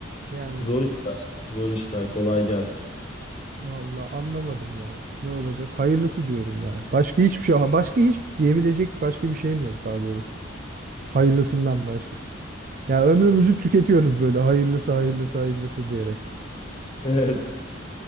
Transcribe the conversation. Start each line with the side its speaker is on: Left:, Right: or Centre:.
Right: Yani
Left: Zor işler. Zor işler. Kolay gelsin.
Right: Vallahi anlamadım ya. Ne olacak? Hayırlısı diyorum ya. Başka hiçbir şey, başka hiç diyebilecek başka bir şeyim yok daha doğrusu. Hayırlısından başka. Ya ömrümüzü tüketiyoruz böyle hayırlısı hayırlısı hayırlısı diyerek.
Left: <laughs> Evet.